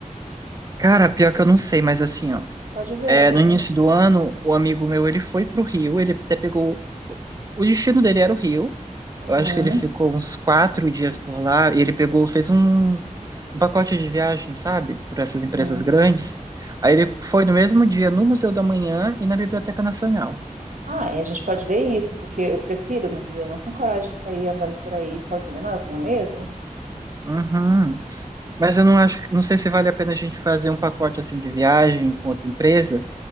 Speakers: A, on the right; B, on the right.
A: Cara, pior que eu não sei, mas assim, ó.
B: Pode ver,
A: É,
B: né?
A: no início do ano, o amigo meu, ele foi pro Rio, ele até pegou... O destino dele era o Rio.
B: Uhum,
A: Eu acho que ele ficou uns quatro dias por lá e ele pegou, fez um, um pacote de viagem, sabe? Por essas
B: uhum.
A: empresas grandes. Aí ele foi no mesmo dia no Museu da Manhã e na Biblioteca Nacional.
B: Ah, e a gente pode ver isso, porque eu prefiro no Rio, eu não tenho coragem de sair andando por aí sozinha, não, eu tenho medo.
A: Uhum. Mas eu não acho, não sei se vale a pena a gente fazer um pacote assim de viagem com outra empresa,